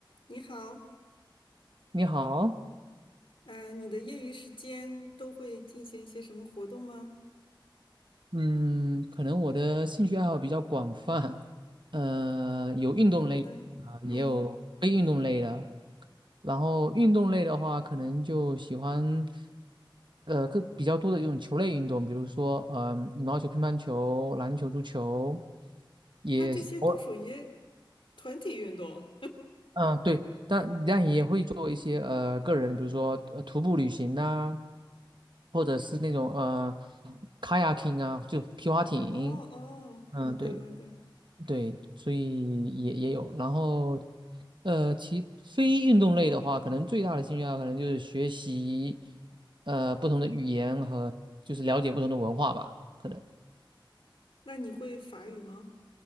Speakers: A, on the left; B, on the right.
A: 你好，
B: 你好，
A: 呃，你的业余时间都会进行一些什么活动吗？
B: 嗯，可能我的兴趣爱好比较广泛，呃，有运动类的啊，
A: 比如呢？
B: 也有非运动类的。
A: 嗯，
B: 然后运动类的话，可能就喜欢，呃，更比较多的一种球类运动，比如说，呃，羽毛球、乒乓球、篮球、足球，也我，
A: 那这些都属于团体运动。
B: 嗯，对，但但也会做一些呃个人，比如说呃徒步旅行呐、或者是那种呃 kayaking 啊，就皮划艇，
A: <laughs> 哦哦，好的好的。
B: 嗯，对。对，所以也也有。然后，呃，其非运动类的话，可能最大的兴趣爱好可能就是学习，呃，不同的语言和就是了解不同的文化吧。可能
A: 那你会法语吗？